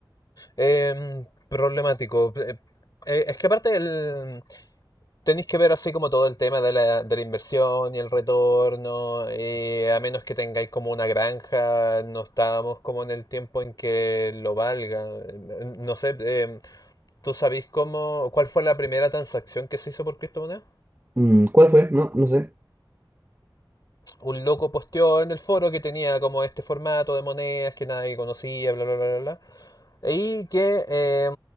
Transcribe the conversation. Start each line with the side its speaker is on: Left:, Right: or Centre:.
Left: eh, em, problemático. Eh, eh, es que aparte el, Tenéis que ver así como todo el tema de la, de la inversión y el retorno, eh, a menos que tengáis como una granja, no estábamos como en el tiempo en que lo valga. Mm, No sé, eh, ¿tú sabéis cómo, cuál fue la primera transacción que se hizo por criptomonedas?
Right: Mm, ¿Cuál fue? No, no sé.
Left: Un loco posteó en el foro que tenía como este formato de monedas que nadie conocía, bla, bla, bla, bla, bla. Y que eh,